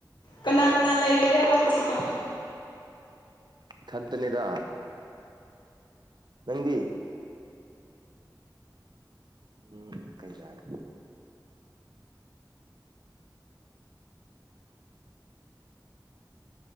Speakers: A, on the left; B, on the right.
A: ꯀꯅꯥ ꯀꯅꯥ ꯂꯩꯔꯤꯒꯦꯕ ꯍꯧꯖꯤꯛꯇ‌ꯣ
B: ꯏꯊꯟꯇꯅ‌ꯦꯗ ꯅꯪꯗꯤ ꯎꯝ ꯀꯩ ꯌꯥꯏ